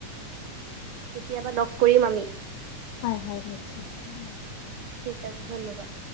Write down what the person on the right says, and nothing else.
কেতিয়াবা লগ কৰিম আমি
ঠিক আছে ধন্যবাদ